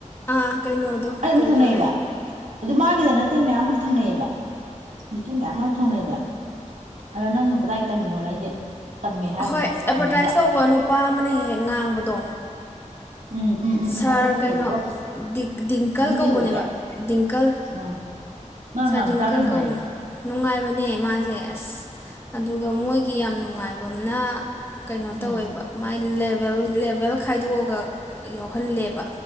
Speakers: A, on the left (about 20°); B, on the right (about 80°).
A: ꯑꯥ ꯀꯩꯅꯣꯗꯣ
B: ꯑꯩ ꯑꯗꯨꯝ
A: ꯀꯩꯕ
B: ꯊꯪꯅꯩꯑꯕ ꯑꯗꯨ ꯃꯥꯒꯤꯗ ꯅꯠꯇꯦ ꯃꯌꯥꯝꯕꯨꯗꯤ ꯊꯦꯡꯅꯩꯑꯌꯦꯕ ꯇꯤ ꯃꯌꯥꯝ ꯑꯃ ꯊꯣꯡꯅꯩꯑꯕ ꯑꯗꯣ ꯅꯪ ꯀꯗꯥꯏ ꯇꯝꯃꯤꯅꯣꯅ ꯑꯩꯁꯦ ꯇꯝꯃꯦ ꯍꯥꯏꯕꯗꯨꯗ
A: ꯍꯣꯏ ꯑꯦꯗꯚꯔꯇꯥꯏꯁ
B: ꯍꯪꯉꯛꯏꯕ
A: ꯇꯧꯕ ꯅꯨꯄꯥ ꯑꯃꯅ ꯍꯦꯛ ꯍꯦꯛ ꯉꯥꯡꯕꯗꯣ
B: ꯎꯝ ꯎꯝ ꯎꯝ
A: ꯁꯥꯔ
B: ꯎꯝ ꯃꯀꯣꯏꯕ
A: ꯀꯩꯅꯣ
B: ꯇꯧꯕꯗꯣ
A: ꯗꯤꯡꯀꯜ
B: ꯃꯃꯤꯡ
A: ꯀꯧꯕꯅꯦꯕ
B: ꯀꯩ ꯀꯧꯒꯦ
A: ꯗꯤꯡꯀꯜ
B: ꯎꯝ ꯃꯥ ꯉ
A: ꯁꯥꯔꯗꯤꯡꯀꯜ
B: ꯇꯥꯕ ꯅꯨꯅꯨꯡ
A: ꯀꯧꯕꯅꯦ
B: ꯋꯥꯑꯦ
A: ꯅꯨꯡꯉꯥꯏꯕꯅꯦ ꯃꯥꯁꯦ ꯑꯁ ꯑꯗꯨꯒ ꯃꯣꯏꯒꯤ ꯌꯥꯝ ꯅꯨꯡꯉꯥꯏꯕ ꯑꯃꯅ ꯀꯩꯅꯣ
B: ꯎꯝ
A: ꯇꯧꯋꯦꯕ ꯃꯥꯏ ꯕꯕ ꯈꯥꯏꯗꯣꯛꯑꯒ ꯌꯥꯎ ꯊꯣꯛꯍꯜꯂꯦꯕ